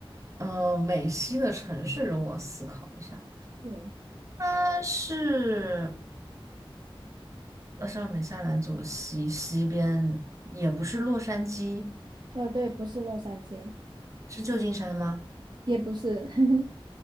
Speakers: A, on the right; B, on the right.
A: 呃，美西的城市容我思考一下，
B: 嗯，
A: 它是呃上北下南左西，西边也不是洛杉矶，
B: 呃，对，不是洛杉矶，
A: 是旧金山吗？
B: 也不是 <laughs>